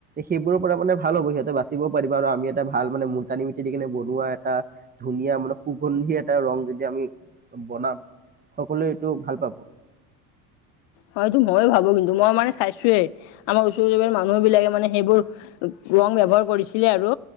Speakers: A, on the right; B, on the left.
A: সেইবোৰৰ পৰা মানে ভাল হ'ব, সিহঁতে বাচিবও পাৰিব, আৰু আমি এটা ভাল মানে মুলতানী মিটি কিনে বনোৱা। এটা ধুনীয়া মানে সুগন্ধি এটা ৰং যদি আমি বনাম, সকলোৱে টো ভাল পাব।
B: হয়টো ময়ো ভাবো, কিন্তু মই মানে চাইছোয়েই, আমাৰ ওচৰ-চুবুয়া মানুহবিলাকে মানে সেইবোৰ ৰং ব্যৱহাৰ কৰিছিলে আৰু